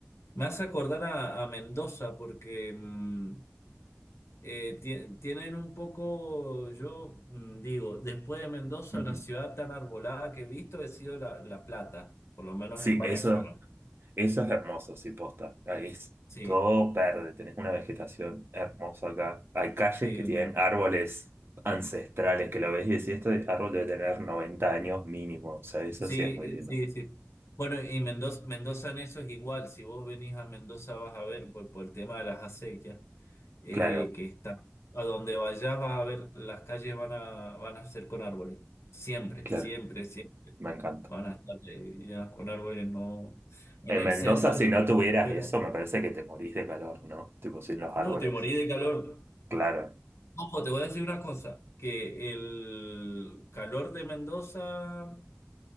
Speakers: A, on the left; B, on the right.
A: me hace acordar a, a Mendoza porque mm, eh, tie- tienen un poco, yo mm, digo, después de Mendoza,
B: Ujú.
A: una ciudad tan arbolada que he visto, he sido La, La Plata, por lo menos
B: Sí,
A: en varias
B: eso
A: zonas.
B: Eso es hermoso, sí, posta. Ahí es
A: Sí,
B: todo verde, tenés una vegetación hermosa acá. Hay calles
A: sí,
B: que
A: uno-
B: tienen árboles ancestrales que lo ves y decís, este árbol debe tener 90 años mínimo. O sea, eso
A: Sí,
B: sí es muy
A: eh,
B: lindo.
A: sí, sí. Bueno, y Mendoza, Mendoza en eso es igual. Si vos venís a Mendoza vas a ver por, por el tema de las acequias. eh,
B: Claro,
A: que está. A donde vayas vas a ver, las calles van a, van a ser con árboles. Siempre,
B: claro,
A: siempre, siempre.
B: me encanta.
A: Van a estar eh, llenas con árboles, no. En
B: En
A: el
B: Mendoza,
A: centro,
B: si no tuvieras
A: pero-
B: eso, me parece que te morís de calor, ¿no? Tipo, sin los
A: No,
B: árboles.
A: te morí de calor.
B: Claro,
A: Ojo, te voy a decir una cosa, que el calor de Mendoza